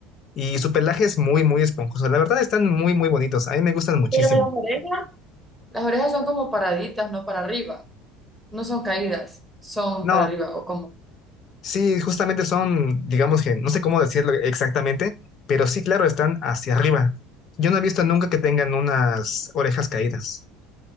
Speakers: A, on the left; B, in the centre.
A: y su pelaje es muy muy esponjoso. La verdad están muy muy bonitos, a mí me gustan muchísimo.
B: Pero las orejas. Las orejas son como paraditas, no para arriba. No son caídas, son
A: No,
B: para arriba o como.
A: Sí, justamente son, digamos que, no sé cómo decirlo exactamente, pero sí, claro, están hacia arriba. Yo no he visto nunca que tengan unas orejas caídas.